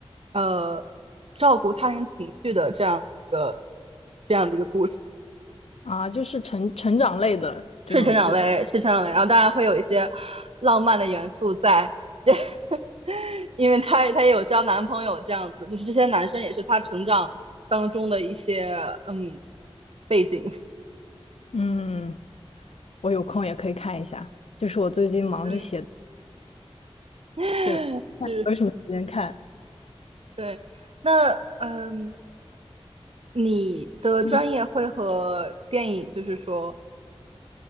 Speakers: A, on the right (about 70°); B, on the left (about 85°).
A: 呃照顾他人情绪的这样一个这样的一个故事。
B: 啊，就是成成长类的这种剧。
A: 是成长类，是成长类，然后当然会有一些浪漫的元素在，<laughs> 因为她她也有交男朋友这样子，就是这些男生也是她成长当中的一些嗯背景，
B: 嗯，我有空也可以看一下。就是我最近忙着写，
A: 嗯，<laughs>
B: 也没
A: 是，
B: 有什么时间看。
A: 对，那嗯，你的专业会和电影就是说
B: 嗯